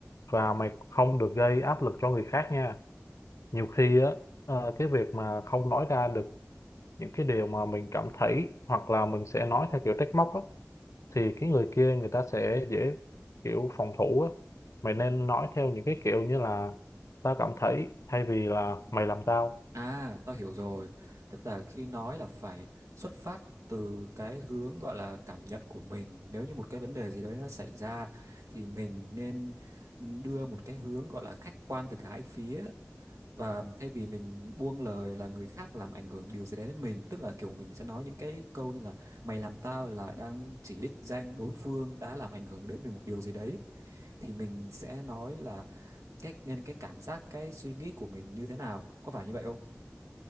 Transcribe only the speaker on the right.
à tao hiểu rồi tức là khi nói là phải xuất phát từ cái hướng gọi là cảm nhận của mình nếu như một cái vấn đề gì đấy nó xảy ra thì mình nên đưa một cái hướng gọi là khách quan từ cả hai phía và thay vì mình buông lời là người khác làm ảnh hưởng điều gì đấy đến mình tức là kiểu mình sẽ nói những cái câu như là mày làm tao là đang chỉ đích danh đối phương đã làm ảnh hưởng đến mình một điều gì đấy thì mình sẽ nói là cái nên cái cảm giác cái suy nghĩ của mình như thế nào có phải như vậy không